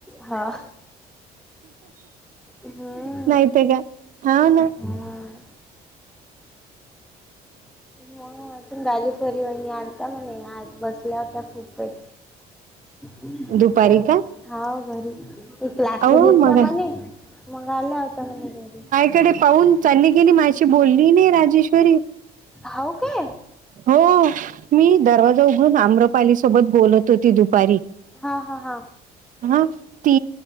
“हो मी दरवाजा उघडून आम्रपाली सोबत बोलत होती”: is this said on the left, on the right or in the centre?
Right